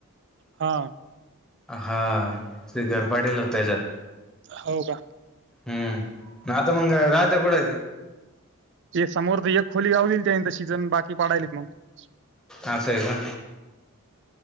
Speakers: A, on the right (about 50°); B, in the centre.
A: हा
B: हा ते घर पाटेल हो त्याच्यात
A: हो का
B: हम्म नाता मंग राज कड इे
A: ते समोर तर एक खोली गावल त्यांत सिजन बाकी पाडालेत मग
B: आ अस आहे का